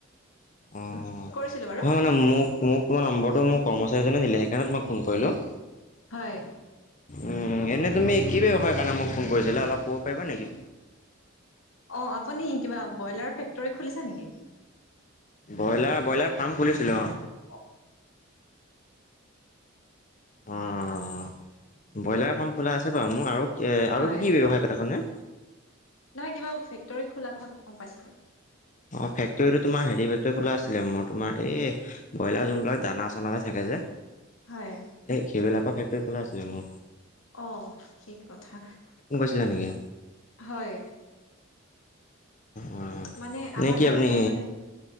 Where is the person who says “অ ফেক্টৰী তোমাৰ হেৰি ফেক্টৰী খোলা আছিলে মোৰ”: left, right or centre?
Left